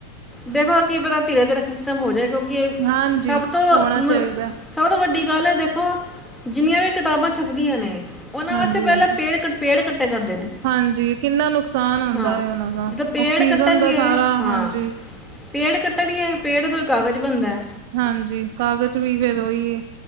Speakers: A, in the centre; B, on the right.
A: ਦੇਖੋ ਕੀ ਪਤਾ, ਧੀਰੇ- ਧੀਰੇ, ਸਿਸਟਮ ਹੋ ਜਾਏ। ਕਿਉਂਕਿ ਇਹ
B: ਹਾਂਜੀ
A: ਸਭ ਤੋਂ
B: ਹੋਣਾ ਚਾਹੀਦਾ
A: ਸਭ ਤੋਂ ਵੱਡੀ, ਗੱਲ ਹੈ ਦੇਖੋ, ਜਿੰਨੀਆਂ ਵੀ ਕਿਤਾਬਾਂ ਛਪਦੀਆਂ ਨੇ ਉਹਨਾਂ
B: ਹਾਂਜੀ
A: ਵਾਸਤੇ, ਪਹਿਲਾਂ
B: ਹਾਂਜੀ
A: ਪੇੜ, ਪੇੜ ਕੱਟੇ ਜਾਂਦੇ ਨੇ।
B: ਹਾਂਜੀ। ਕਿੰਨਾ ਨੁਕਸਾਨ ਆਉਂਦਾ
A: ਹਾਂ
B: ਹੈ। ਉਹਨਾਂ ਦਾ,
A: ਜਦੋਂ ਪੇੜ
B: ਆਕਸੀਜਨ
A: ਕੱਟਣਗੇ
B: ਦਾ, ਸਾਰਾ
A: ਹਾਂ
B: ਹਾਂਜੀ।
A: ਪੇੜ ਕੱਟਣਗੇ, ਪੇੜ ਤੋਂ ਕਾਗਜ਼ ਬਣਦਾ ਏ।
B: ਹਾਂਜੀ। ਕਾਗਜ਼ ਵੀ, ਫੇਰ ਉਹੀ ਏ।